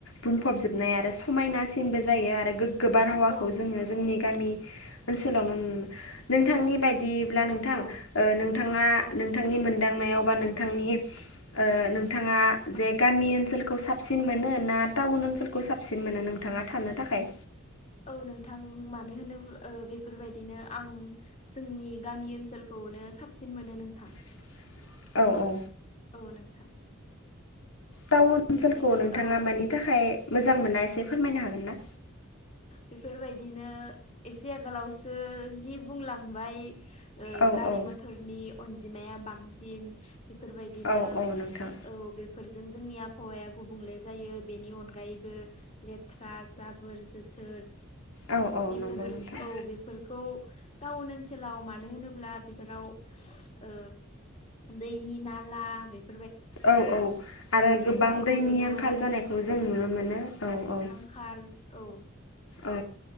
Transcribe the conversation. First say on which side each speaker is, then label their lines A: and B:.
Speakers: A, on the left; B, on the left.
A: बुंफबजोबनाय आरो समायनासिनबो जायो आरो गो गोबार हावाखौ
B: औ
A: जोङो जोंनि गामि ओनसोलाव नुनो मोनो नोंथांनि बायदि बायदिब्ला नोंथां
B: औ
A: नोंथाङा
B: औ
A: नोंथांनि मोनदांनायाव बा नोंथांनि ओ नोंथाङा
B: औ
A: जे गामि ओनसोलखौ साफ -सिन मोनो ना टाउन ओनसोलखौ साबसिन मोनो नोंथाङा थानो थाखाय
B: औ नोंथां मानो होनोब बेफोरबायदिनो आं जोंनि गामि ओनसोलखौ -खौनो साबसिन मोनो नोंथां
A: <inaudible> औ
B: औ नोंथां
A: टाउन ओनसोलखौ
B: बिब्दि
A: नोंथाङा
B: औ
A: मानि थाखाय मोजां मोना एसे फोरमायनो हागोन ना?
B: बेफोरबायदिनो एसे आगोलावसो जि बुंलांबाय ओ
A: औ
B: गारि
A: औ
B: मथरनि अनजिमाया बांसिन बेफोरबायदिनो
A: औ औ नोंथां
B: औ बेफोरजों जोंनि आबहावाया गुबुंले जायो बेनि अनगायैबो लेथ्रा जाबोर जो थोर
A: औ औ
B: बेफोरो
A: नंगौ नोंथां
B: औ बेफोरखौ टाउन ओनसोलाव मानो होनोब्ला बेफोराव ओ दैनि नाला बेफोर
A: औ औ आरो गोबां
B: मोजांखौ
A: दैनि
B: नुनो
A: आंखाल
B: मोना
A: जानायखौ जों नुनो मोनो औ औ
B: खाल औ
A: औ